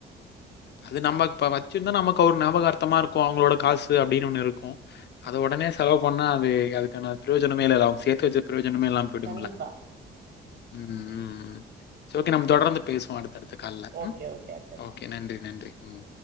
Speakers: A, on the left; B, on the right.
A: அது நம்ம இப்ப வச்சிருந்தா நமக்கு ஒரு ஞாபகார்த்தமா இருக்கும் அவங்களோட கா சு அப்பிடின்னு ஒண்ணு இருக்கும் அது உடனே செலவு பண்ணா அது அதுக்கான பிரயோஜனமே இல்ல அவங்க சேத்து வெச்சு பிரயோஜனமே இல்லாம போயிடும்ல
B: கண்டிப்பா.
A: ம் இட்ஸ் ஓகே நம்ம தொடர்ந்து பேசுவோம் அடுத்தடுத்த கால்ல
B: ஓகே, ஓகே. அடுத்தது.
A: ஓகே நன்றி நன்றி ம்